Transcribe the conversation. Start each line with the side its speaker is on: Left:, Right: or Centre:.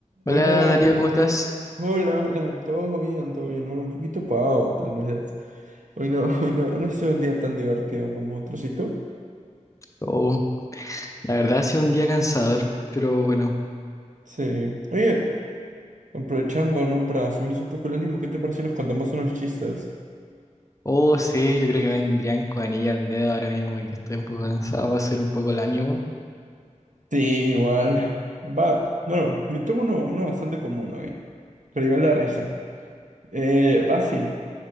Left: Hola
Right: Hola,
Left: Darío, ¿cómo estás?
Right: hola, hola, todo bien, todo bien. Bueno, un poquito pagado, tal vez. Hoy no, <laughs> hoy no, no ha sido un día tan divertido como otros. ¿Y tú?
Left: Oh, la verdad ha sido un día cansador, pero bueno.
Right: Sí. Oye, aprovechando, ¿no? Para subirnos un poco el ánimo, ¿qué te parece si nos contamos unos chistes?
Left: Oh, sí, yo creo que vendrían con anilla al dedo ahora mismo, que estoy un poco cansado, va a ser un poco el ánimo.
Right: Sí, igual. Va, no, no, yo tengo uno, uno bastante común, ¿ok? Pero igual la risa. Eh, va así.